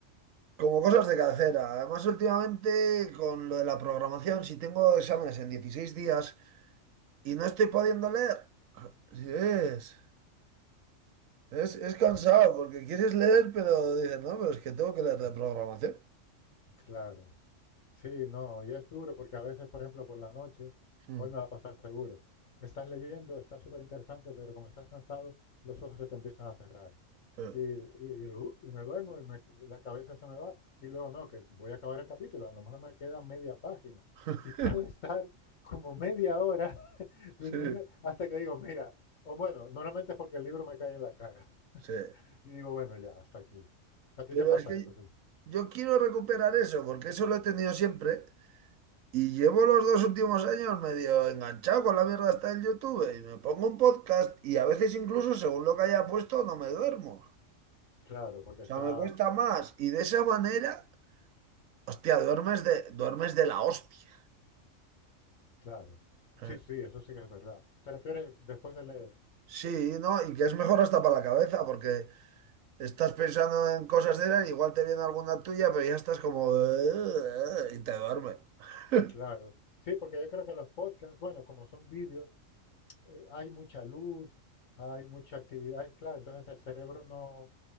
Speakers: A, on the right; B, on the left.
A: como cosas de cabecera. Además, últimamente, con lo de la programación, si tengo exámenes en 16 días, y no estoy pudiendo leer. Sí, es, es, es cansado
B: sí.
A: porque quieres leer, pero dices, no, pero es que tengo que leer de programación.
B: Claro. Sí, no, y es duro porque a veces, por ejemplo, por la noche,
A: Mm,
B: hoy me va a pasar seguro, estás leyendo, está súper interesante, pero como estás cansado, los ojos se te empiezan a cerrar.
A: Sí,
B: Y, y- y, uh, y me duermo, y me- la cabeza se me va, y luego no, que voy a acabar el capítulo, a lo mejor me queda media página.
A: <laughs>
B: Y <laughs> puedo estar como media hora <laughs> durmiendo
A: sí,
B: hasta que digo, mira, o bueno, normalmente es porque el libro me cae en la cara. <laughs>
A: sí.
B: Y digo, bueno, ya, hasta aquí. ¿A ti
A: Pero
B: te pasa
A: es que
B: eso? sí?
A: yo quiero recuperar eso porque eso lo he tenido siempre y llevo los dos últimos años medio enganchado con la mierda hasta el YouTube y me pongo un podcast y a veces incluso según lo que haya puesto no me duermo.
B: Claro, porque
A: O
B: está...
A: sea, me cuesta más y de esa manera, hostia, duermes de, duermes de la hostia.
B: Claro.
A: Sí.
B: Sí, sí, eso sí que es verdad. ¿Te refieres después de leer?
A: Sí, ¿no? Y que es mejor hasta para la cabeza, porque estás pensando en cosas de esas, igual te viene alguna tuya, pero ya estás como... "Eh", y te duerme. <laughs>
B: Claro. Sí, porque yo creo que los podcasts, bueno, como son vídeos, eh, hay mucha luz, hay mucha actividad, es claro, entonces el cerebro no,